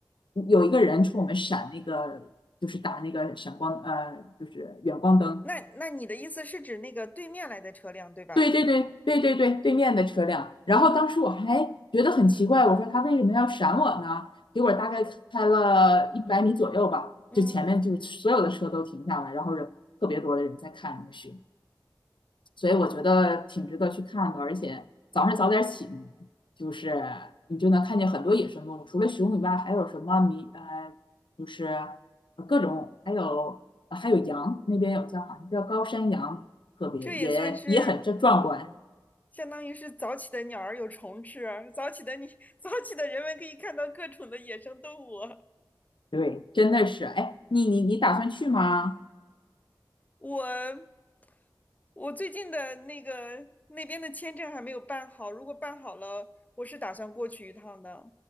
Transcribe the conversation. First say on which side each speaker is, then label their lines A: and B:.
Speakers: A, on the left; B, on the left.
A: 有一个人冲我们闪那个，就是打那个闪光呃，就是远光灯，
B: 那那你的意思是指那个对面来的车辆，对吧？
A: 对对对对对对，对面的车辆。然后当时我还觉得很奇怪，我说他为什么要闪我呢？结果大概开了一百米左右吧，
B: 嗯，
A: 就前面就所有的车都停下来，然后人特别多的人在看那个雪，所以我觉得挺值得去看的。而且早上早点起嘛，就是你就能看见很多野生动物，除了熊以外，还有什么迷呃，就是各种，还有还有羊，那边有叫好像叫高山羊，特别也也很这壮观。
B: 这也算是相当于是早起的鸟儿有虫吃，早起的你 <laughs>，早起的人们可以看到各种的野生动物。
A: 对，真的是，哎，你你你打算去吗？
B: 我我最近的那个那边的签证还没有办好，如果办好了，我是打算过去一趟的。